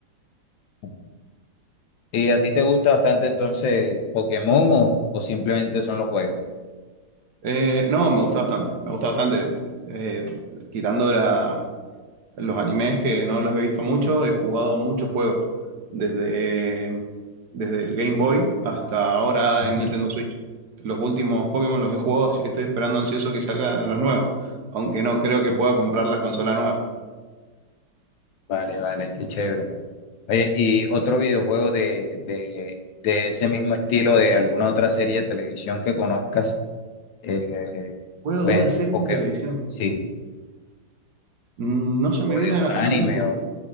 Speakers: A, on the left; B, on the right.
A: Ujú. ¿Y a ti te gusta bastante entonces Pokémon o, o simplemente son los juegos?
B: Eh, no, me gusta bastante, me gusta bastante. Eh, quitando la- los animes que no los he visto mucho, he jugado muchos juegos, desde, desde el Game Boy hasta ahora
A: Ujú.
B: en Nintendo Switch. Los últimos Pokémon los he jugado, así que estoy esperando ansioso que salgan los nuevos, aunque no creo que pueda comprar la consola nueva.
A: Vale, vale, qué chévere. Oye, ¿y otro videojuego de, de, de ese mismo estilo de alguna otra serie de televisión que conozcas? Eh,
B: Juego
A: bueno,
B: de una serie
A: Pokémon,
B: de televisión.
A: sí,
B: Mm, No se me
A: o
B: viene
A: de un
B: a la, a
A: anime
B: la mente.
A: o...